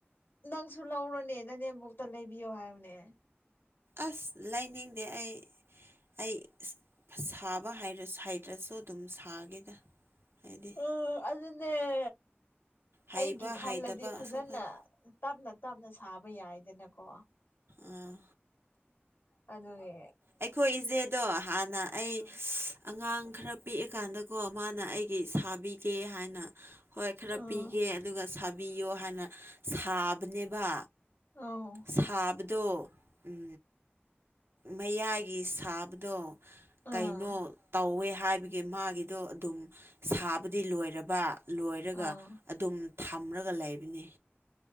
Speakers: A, on the left (about 60°); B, on the right (about 70°).
A: ꯅꯪꯁꯨ ꯂꯧꯔꯅꯦ ꯅꯅꯦꯦꯝꯕꯨꯣꯛꯛꯇ ꯂꯩꯕꯤꯌꯣ ꯍꯥꯏꯕꯅꯦ
B: ꯑꯁ ꯂꯥꯏꯅꯤꯡꯗꯦ ꯑꯩ ꯑꯩ ꯁꯥꯕ ꯍꯥꯏꯔ ꯁꯥꯏꯗꯁꯨ ꯑꯗꯨꯝ ꯁꯥꯒꯦꯗ ꯍꯥꯏꯗꯤ
A: ꯎꯝ ꯑꯗꯨꯗꯅꯦꯦ
B: ꯍꯩꯕ
A: ꯑꯩꯒꯤ ꯈꯜꯂꯗꯤ
B: ꯍꯩꯇꯕ
A: ꯐꯖꯅ
B: ꯑꯁꯣꯄꯅꯤ
A: ꯇꯞꯅ ꯇꯞꯅ ꯁꯥꯕ ꯌꯥꯏꯗꯅꯀꯣ
B: ꯑꯥ
A: ꯑꯗꯨꯗ
B: ꯑꯩꯈꯣꯏ ꯏꯆꯦꯗꯣ ꯍꯥꯟꯅ ꯑꯩ
A: ꯑꯥ
B: ꯑꯉꯥꯡ ꯈꯔ ꯄꯤꯛꯑꯀꯥꯟꯗꯀꯣ ꯃꯥꯅ ꯑꯩꯒꯤ ꯁꯥꯕꯤꯒꯦ ꯍꯥꯏꯅ ꯍꯣꯏ ꯈꯔ
A: ꯑꯥ
B: ꯄꯤꯒꯦ ꯑꯗꯨꯒ ꯁꯥꯕꯤꯌꯣ ꯍꯥꯏꯅ ꯁꯥꯕꯅꯦꯕ
A: ꯑꯧ
B: ꯁꯥꯕꯗꯣ ꯎ ꯃꯌꯥꯏꯒꯤ ꯁꯥꯕꯗꯣ ꯀꯩꯅꯣ
A: ꯑꯥ
B: ꯇꯧꯋꯦ ꯍꯥꯏ ꯍꯥꯏꯕꯒꯤ ꯃꯥꯒꯤꯗꯣ ꯑꯗꯨꯝ ꯁꯥꯕꯗꯤ ꯂꯣꯏꯔꯕ ꯂꯣꯏꯔꯒ
A: ꯑꯥ
B: ꯑꯗꯨꯝ ꯊꯝꯂꯒ ꯂꯩꯕꯅꯤ